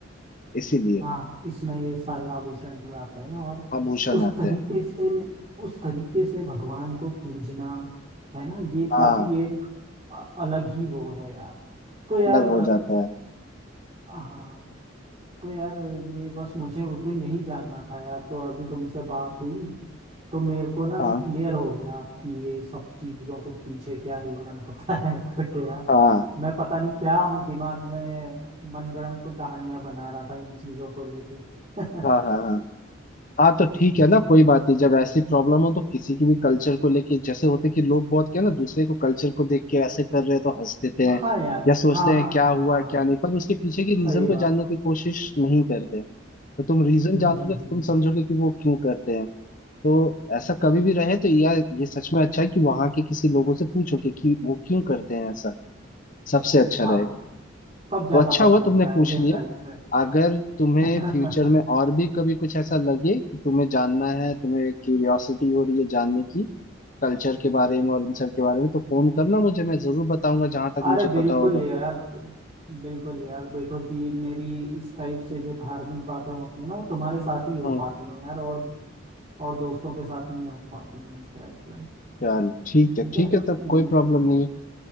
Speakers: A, on the left; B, on the right.
A: इसीलिए
B: हाँ इसमें ये सारे आभूषण भी आते हैं और
A: आभूषण
B: उस
A: आते
B: तरीके
A: हैं
B: से उस तरीके से भगवान को पूजना है ना ये
A: हाँ
B: काफी एक अ- अलग ही वो है यार तो यार
A: अलग हो जाता है
B: अ, हाँ तो यार ये बस मुझे उस दिन यही जानना था यार तो अभी तुमसे बात हुई तो मेरे को ना
A: हाँ
B: ये क्लियर हो गया आपकी ये सब चीजों के पीछे क्या रीजन होता है <laughs> करके यार
A: हाँ
B: मैं पता नहीं क्या दिमाग में मनगढ़ंत कहानियां बना रहा था इन चीजों को लेके <laughs>
A: हाँ हाँ हाँ हाँ तो
B: हम्म,
A: ठीक है ना कोई बात नहीं जब ऐसी प्रॉब्लम हो तो किसी की भी कल्चर को लेके जैसे होते कि लोग बहुत क्या ना दूसरे को कल्चर को देख के ऐसे कर रहे हैं तो हंस देते हैं
B: हाँ यार
A: या सोचते
B: हाँ हाँ
A: हैं क्या
B: हाँ
A: हुआ
B: हाँ हाँ,
A: क्या नहीं पर उसके पीछे की रीजन
B: सही
A: को
B: बात
A: जानने की कोशिश नहीं करते तो तुम रीजन
B: हम्म
A: जानोगे
B: हम्म हम्म,
A: तो तुम समझोगे कि वो क्यों करते हैं तो ऐसा कभी भी रहे तो या ये सच में अच्छा है कि वहां के किसी लोगों से पूछोगे कि वो क्यों करते हैं ऐसा सबसे अच्छा
B: हाँ
A: रहेगा
B: तब ज्यादा
A: तो अच्छा
B: पता
A: हुआ
B: लगता
A: तुमने पूछ
B: है गहराई
A: लिया
B: से
A: अगर तुम्हें
B: <laughs>
A: फ्यूचर में और भी कभी कुछ ऐसा लगे कि तुम्हें जानना है तुम्हें क्यूरियोसिटी हो रही है जानने की कल्चर के बारे में और इन सब के बारे में तो फोन करना मुझे मैं जरूर बताऊंगा जहां तक
B: अरे
A: मुझे
B: बिल्कुल
A: पता होगा
B: यार बिल्कुल यार देखो कि मेरी इस टाइप से जो धार्मिक बातें होती है ना वो तुम्हारे साथ ही हो
A: हाँ
B: पाती हैं यार और और दोस्तों के साथ नहीं हो पाती हैं इस टाइप से
A: चल ठीक है
B: ठीक
A: ठीक
B: है
A: है तब
B: हम्म,
A: कोई प्रॉब्लम नहीं है